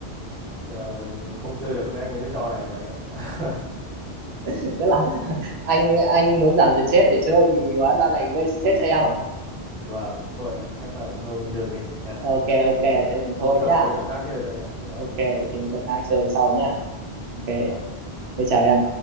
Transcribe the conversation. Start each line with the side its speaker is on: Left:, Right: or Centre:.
Centre: ờ, không chơi được với anh mấy cái trò này rồi anh ạ <laughs>
Right: tức là <laughs> anh anh muốn giảm stress để chơi thì hóa ra lại gây stress cho em à
Centre: vâng thôi anh ạ chắc là thôi mình dừng đi nha
Right: ok ok thế thì
Centre: hôm
Right: thôi
Centre: sau
Right: nhá
Centre: kiếm trò khác chơi thôi anh ạ vâng
Right: ok kiếm trò khác chơi sau nhá ok
Centre: Ờ.
Right: thế chào em